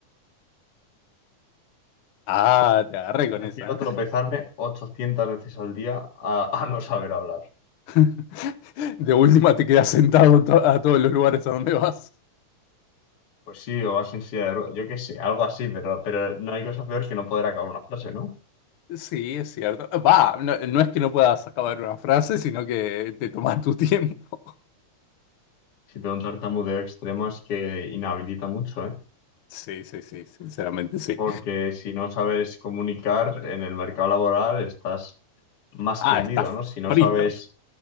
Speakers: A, on the left; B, on the left.
A: Ah, te agarré con
B: Prefiero
A: esa. ¿eh?
B: tropezarme 800 veces al día a, a no saber hablar.
A: <laughs> De última te quedas sentado to- a todos los lugares a donde vas.
B: Pues sí, o vas en silla de ruedas, yo qué sé, algo así, pero, pero no hay cosa peor que no poder acabar una frase, ¿no?
A: Sí, es cierto. Va, no, no es que no puedas acabar una frase, sino que te tomas tu <laughs> tiempo.
B: Si te da un tartamudeo extremo es que inhabilita mucho, ¿eh?
A: Sí, sí, sí, sinceramente sí.
B: Porque si no sabes comunicar en el mercado laboral estás más
A: Ah,
B: que hundido,
A: está
B: ¿no? Si no
A: frito.
B: sabes,